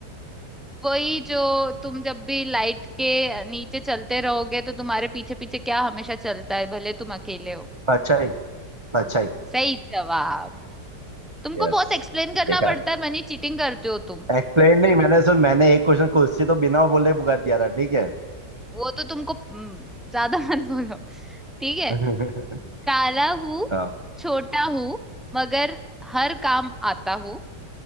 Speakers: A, in the centre; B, on the right (about 20°).
A: वही जो तुम जब भी लाइट के नीचे चलते रहोगे तो तुम्हारे पीछे पीछे क्या हमेशा चलता है भले तुम अकेले हो
B: परछाई परछाई
A: सही जवाब तुमको
B: यस
A: बहुत एक्सप्लेन करना
B: देखा
A: पड़ता है मनी चीटिंग करते हो तुम
B: एक्सप्लेन नहीं मैंने सुन मैंने एक क्वेश्चन खुद से तो बिना बोले पुकार दिया था ठीक है
A: वो तो तुमको हम्म, ज्यादा <laughs> मत बोलो ठीक है
B: <laughs>
A: काला हूँ
B: हाँ
A: छोटा हूँ मगर हर काम आता हूँ